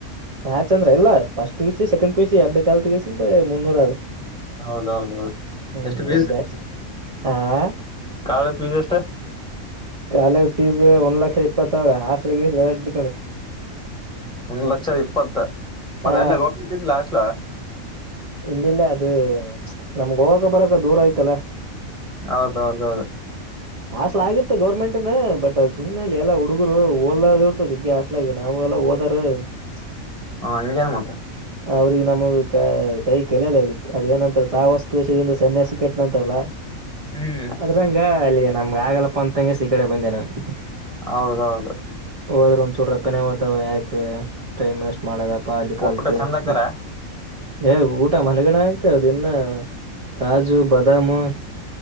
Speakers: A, on the right (about 35°); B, in the centre.
A: ಮ್ಯಾಚ್ ಅಂದ್ರ ಎಲ್ಲ first P U C second P U C ಎಲ್ಲ ಬೇಕಾದರೂ ತಿಳಿಗಸಂದ ಮುನ್ನೂರ ಅ <unintelligible>
B: ಹೌದೌದೌದು
A: ಹೂ
B: ಎಷ್ಟು ಫೀಸ್
A: ಒಂದ ಮ್ಯಾಜಿಕ್ ಆ <unintelligible>
B: ಕಾಲೇಜ್ ಫೀಸ್ ಎಸ್ಟ್. <unintelligible>
A: ಕಾಲೇಜ್ ಫೀಸ್ ಒಂದ್ ಲಕ್ಷದ ಇಪ್ಪತ್ತ ಸಾವಿರ ಹಾಸ್ಟೆಲ್ ನಲವತ್ತ ತಿಳ್ಕೊಳ್ಳಿ. <unintelligible>
B: ಒಂದ ಲಕ್ಷ ಇಪ್ಪತ್ತ ಮತ್ತೆ
A: ಹ
B: ಅಲ್ಲೇ ಹೋಗತ್ತಿದಲಾ ಹಾಸ್ಟೆಲ್. <unintelligible>
A: ಇಲ್ಲಿ ಇಲ್ಲ ಅದು ನಮಗ ಹೋಗಾಕ ಬರಾಕ ದೂರ ಆಯ್ತ ಅಲ್ಲಾ. <unintelligible>
B: ಹೌದ ಹೌದ ಹೌದ. <unintelligible>
A: ಹಾಸ್ಟೆಲ್ ಆಗಿತ್ತು ಗೌರ್ಮೆಂಟ್ನ ಬಟ್ ಸುಮ್ಮನೆ ಅಲ್ಲಿ ಎಲ್ಲಾ ಹುಡುಗರು ಓದಾಲರದ ಇರುತ್ತ ಜಗ್ಗೆ. <unintelligible> ಇತ್ತತಲ್ಲಾಗ ನಾವು ಎಲ್ಲಾ ಹೋದಾರು. <unintelligible>
B: ಅವ್ವ ಹಂಗೆಮಾ. <unintelligible>
A: ಅವರಿಗೆ ನಮಗ ಕ್ಯಾ. <unintelligible> ಕೈ ಕೆಲಲ್ಲ ಇಲ್ಲಿಕ್ ಅದೇ ಏನಂತ ಸಾಹವಾಸ ದೋಷದಿಂದ ಸನ್ಯಾಸಿ ಕೆಟ್ಟ ಅಂತಾರಲ್ಲಾ. <unintelligible>
B: ಹೂ. <unintelligible>
A: ಅದ್ರಂಗ ಅಲ್ಲಿ ನಮಗ ಆಗಲ್ಲಪ್ಪ ಅಂತಂಗೆಸಿ ಕಡೆ ಬಂದೆ ನಾನು. <unintelligible>
B: ಹೌದ ಹೌದ. <unintelligible>
A: ಹೋದ್ರ ಒಂದ ಚೂರು ರೊಕ್ಕನೇ ಹೊತ್ತವೆ ಯಾಕೆ ಟೈಮ್ ವೇಸ್ಟ್ ಮಾಡದಪ್ಪ ಅಲ್ಲಿ ಕಲ್ತ್.
B: ಊಟ ಚಂದ
A: <unintelligible>
B: ಹಾಕ್ತಾರ
A: ಏ ಊಟ ಮನೆಗಡೆ ಆಗ್ತದ ಇನ್ನ ಕಾಜು, ಬಾದಾಮು, <unintelligible>